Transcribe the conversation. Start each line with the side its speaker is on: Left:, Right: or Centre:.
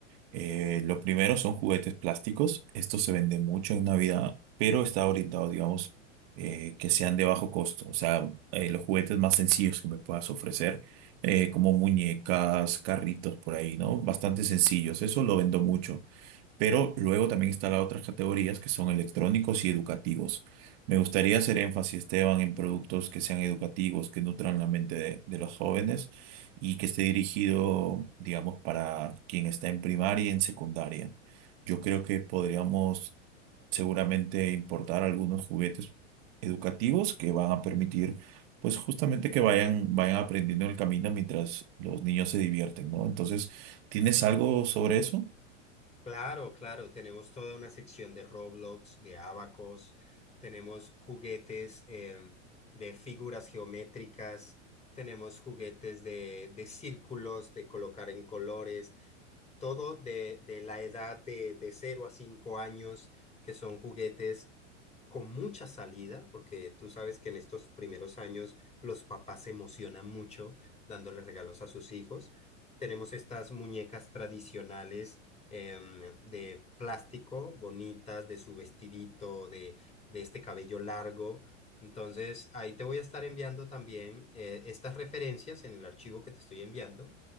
Right: Eh, lo primero son juguetes plásticos. Esto se vende mucho en Navidad, pero está orientado, digamos, eh, que sean de bajo costo. O sea, eh, los juguetes más sencillos que me puedas ofrecer, eh, como muñecas, carritos por ahí, ¿no? Bastante sencillos. Eso lo vendo mucho. Pero luego también están las otras categorías que son electrónicos y educativos. Me gustaría hacer énfasis, Esteban, en productos que sean educativos, que nutran la mente de, de los jóvenes y que esté dirigido, digamos, para quien está en primaria y en secundaria. Yo creo que podríamos seguramente importar algunos juguetes educativos que van a permitir, pues justamente que vayan, vayan aprendiendo en el camino mientras los niños se divierten, ¿no? Entonces, ¿tienes algo sobre eso?
Left: Claro, claro, tenemos toda una sección de Roblox, de Abacos, tenemos juguetes em, de figuras geométricas, tenemos juguetes de, de círculos, de colocar en colores, todo de, de la edad de, de cero a 5 años, que son juguetes con mucha salida, porque tú sabes que en estos primeros años los papás se emocionan mucho dándole regalos a sus hijos. Tenemos estas muñecas tradicionales em, de plástico, bonitas, de su vestidito, de, de este cabello largo. Entonces, ahí te voy a estar enviando también eh, estas referencias en el archivo que te estoy enviando